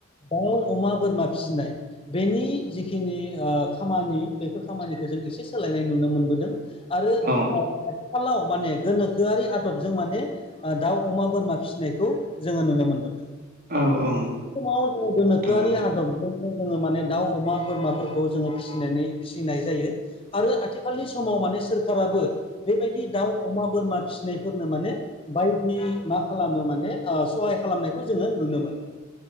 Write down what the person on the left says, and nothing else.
दाउ अमा बोरमा फिसिनाय। बेनि जिखिनि खामानि बेफोर खामानिखौ जों एसे सोलायनाय नुनो मोनबोदों। आरो
खाथिखालाव माने गोनोखो गो गोआरि आदबजों माने दाउ अमा बोरमा फिसिनायखौ जोङो नुनो मोनबोदों।
समाव जोङो गोनोखोआरि
आदब। जोङो माने दाउ अमा बोरमाफोरखौ जोङो फिसिनानै फिसिनाय जायो। आरो आथिखालनि समाव माने सोरखाराबो बेबायदि दाउ अमा बोरमा। फिसिनायफोरनो माने बायदि मा खालामो माने सहाय खालामनायखौ जोङो नुनो मोनो।